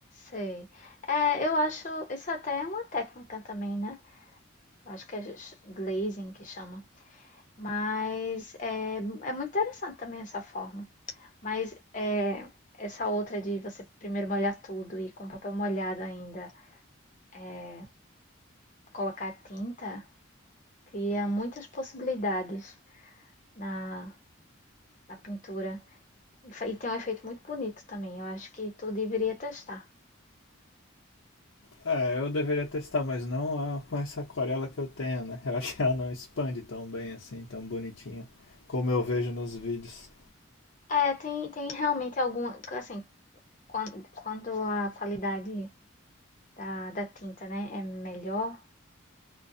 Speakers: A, on the left; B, on the left.
A: Sei. É, eu acho isso até é uma técnica também, né? acho que é glazing que chama. Mas é, é muito interessante também essa forma. Mas é, essa outra de você primeiro molhar tudo e com papel molhado ainda é, colocar tinta cria muitas possibilidades na, na pintura. E, tem um efeito muito bonito também. Eu acho que tu deveria testar.
B: É, eu deveria testar, mas não a- com essa aquarela que eu tenho, né? <laughs> Eu acho que ela não expande tão bem assim, tão bonitinha, como eu vejo nos vídeos.
A: É, tem, tem realmente alguma. Assim, quando, quando a qualidade da, da tinta né, é melhor,